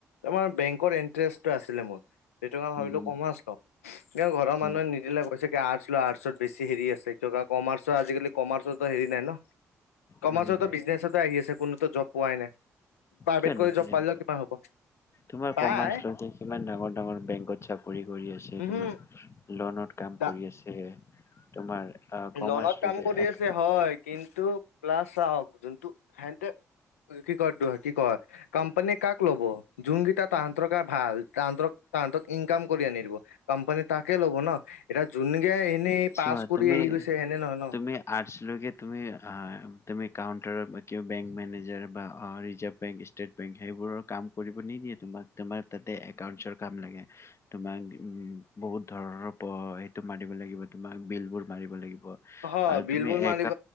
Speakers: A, on the left; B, on the left.
A: তোমাৰ বেংকৰ ইণ্টাৰেষ্টটো আছিলে মোৰ সেইটোকে ভাবিলোঁ
B: উম
A: কম আছ কিন্তু ঘৰৰ
B: উম
A: মানুহে নিদিলে কৈছে আৰ্ট ল আৰ্টচত বেছি হেৰি আছে কমাৰ্চৰ আজিকালি কমাৰ্চো হেৰি নাই ন কমাৰ্চতো
B: উম উম
A: বিজনেছতে আহি আছে কোনোতো জব পোৱাই নাই প্ৰাইভেট
B: কিয় নাপায়ং
A: কৰি জব পালেও কিমান হ'ব
B: তোমাৰ
A: পাই
B: কমাৰ্চ কিমান ডাঙৰ ডাঙৰ বেংকত চাকৰি কৰি আছে
A: উহু
B: তোমাৰ লনত কাম
A: দা
B: কৰি আছে তোমাৰ আহ কমাৰ্চ
A: লনত
B: লৈকে
A: কাম কৰি
B: এক
A: আছে হয় কিন্তু প্লাছ চওক যোনটো সেতে কি ক দ কি ক কোম্পানীয়ে কাক ল'ব যোনকেইটা তাহন্তৰকে ভাল তাহ তাহাঁতক ইনকাম কৰি আনিলোঁ কোম্পানী তাকে ল'ব ন এতিয়া যোনকে এনেই
B: চোৱা
A: পাছ কৰি
B: তুমি
A: গৈছে সেনে নহয় ন
B: তুমি আট্চ লোকে তুমি অ তুমি কাউণ্টাৰৰ কিব বেংক মেনেজাৰ বা অ ৰিজাৰ্ভ বেংক ষ্টেট বেংক সেইবোৰৰ কাম কৰিব নিদি দ তোমাক তোমাক তাতে একাউন্টছৰ কাম লাগে তোমাক উম বহুত ধৰণৰ প সেইটো মাৰিব লাগিব তোমাক বিল বোৰ মাৰিব লাগিব আৰু
A: হ বিল
B: তুমি
A: বুল
B: এ
A: মাৰিব